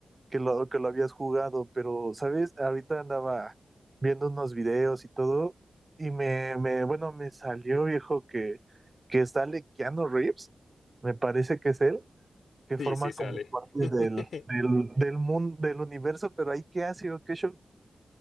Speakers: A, on the right; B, on the left.
A: que lo, que lo habías jugado, pero, ¿sabes? Ahorita andaba viendo unos videos y todo, y me, me bueno, me salió, viejo, que, que sale Keanu Reeves, me parece que es él, que
B: sí,
A: forma
B: sí sale.
A: como parte
B: <laughs>
A: del, del, del mundo, del universo, pero ahí, ¿qué hace o qué show?